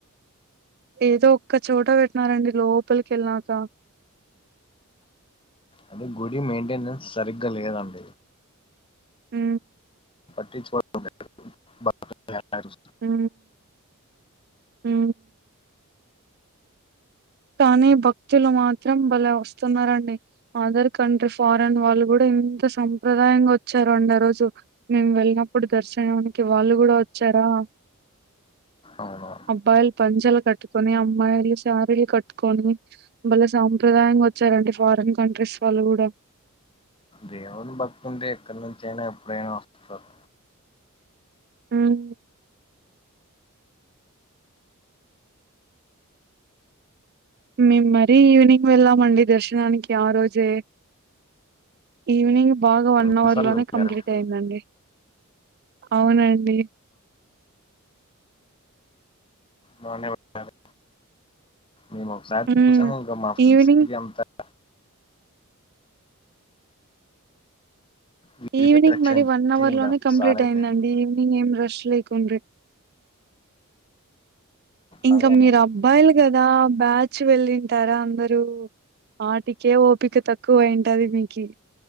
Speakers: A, on the right; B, on the left.
A: ఏదో ఒక్క చోట పెట్టినారండి లోపలికి వెళ్లినాక
B: అది గుడి మెయింటెనన్స్ సరిగ్గా లేదంట
A: ఉ
B: ా <unintelligible>
A: ఊ ఊ కానీ భక్తులు మాత్రం బలే వస్తున్నారండి అదర్ కంట్రీ ఫారెన్ వాళ్ళు కూడా ఇ ఎంత సంప్రదాయంగ ఒచ్చారోండి ఆ రోజు మేము వెళ్ళినప్పుడు దర్శనానికి వాళ్ళు గూడా ఒచ్చారు దా
B: అవును
A: అబ్బాయిలు పంచెలు కట్టుకుని అమ్మాయిలు సారీలు కట్ కొని బలె సాంప్రదాయంగొచ్చారండి ఫారిన్ కంట్రీస్ వాళ్ళు గుడా
B: దేవుని భక్తుంటే ఎక్కడ్ నుంచైన ఎప్డైన ఒస్తారు
A: ఊం మేం మరీ ఈవినింగ్ వెళ్ళామండి దర్శనానికి ఆ రోజే ఈవినింగ్ బాగా వన్
B: ఎన్నిసార్లు
A: అవర్ లోనే
B: వెళ్ళారా
A: కంప్లీట్
B: మీరు
A: అయిందండి అవునండి
B: బానే ఒచ్చారు మేం ఒకసారి
A: హ్మ్
B: చూసాం అంకో మా
A: ఈవినింగ్
B: సిటీ అంత <inaudible> వీధిపై
A: ఈవినింగ్
B: రక్షణ
A: మరి వన్ అవర్
B: చేసి ఇంకా
A: లోనే కంప్లీట్
B: సాలైపోయింది
A: అయిందండి ఈవినింగ్ ఏం రష్ లే కుండ్రి ఇంక
B: బాగా అయినా
A: మీర్ అబ్బాయిలు గదా బ్యాచ్ వెళ్ళింటారా అందరూ ఆటికే ఓపిక తక్కువైంటది మీకి